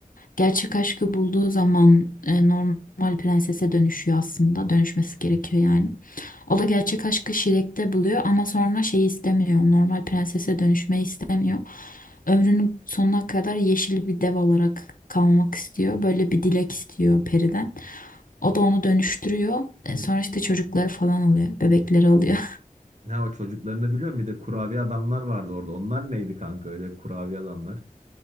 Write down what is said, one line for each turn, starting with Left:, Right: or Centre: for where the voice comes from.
Left: Gerçek aşkı bulduğu zaman e, normal prensese dönüşüyor aslında. Dönüşmesi gerekiyor yani. O da gerçek aşkı Şirek'te buluyor ama sonra şeyi istemiyor. Normal prensese dönüşmeyi istemiyor. Ömrünün sonuna kadar yeşil bir dev olarak kalmak istiyor. Böyle bir dilek istiyor periden. O da onu dönüştürüyor. E, sonra işte çocukları falan oluyor. Bebekleri oluyor.
Right: Ne o çocuklarını biliyorum Bir de kurabiye adamlar vardı orada. Onlar neydi kanka öyle kurabiye adamlar?